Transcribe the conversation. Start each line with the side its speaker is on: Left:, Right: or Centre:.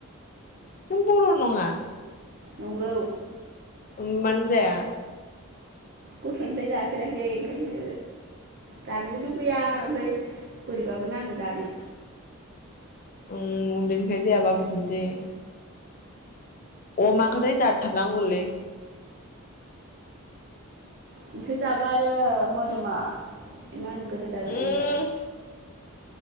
Left: नों बर' नङा?
Right: नंगौ
Left: ओम मानो जाया?
Right: गथ'निफ्राय जाफेराखै ओंखायनो जानोबो लुगैया ओमफ्राय बोरैबाबो नाङो जानो।
Left: उम उन्दैनिफ्राय जायाबा बिदिनो जायो। अमाखौथाय जाथार नांगौलै।
Right: बेखौ जाबा आरो मोदोमा मा होनो गोदोर जागोन
Left: उम
Right: आंनिआ।